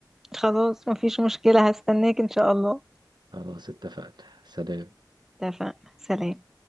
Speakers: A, in the centre; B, on the right.
A: خلاص مفيش مشكلة هستناك إن شاء الله
B: خلاص اتفقنا سلام
A: اتفقنا سلام